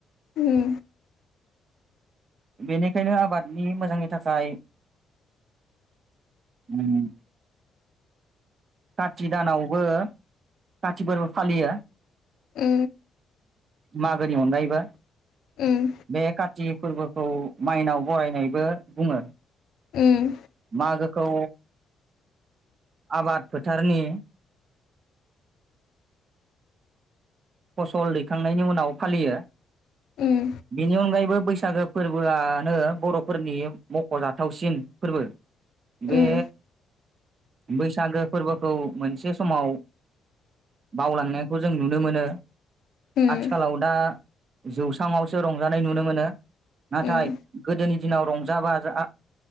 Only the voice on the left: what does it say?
उम
ओ
उम
उम
उम
उम
उम
उम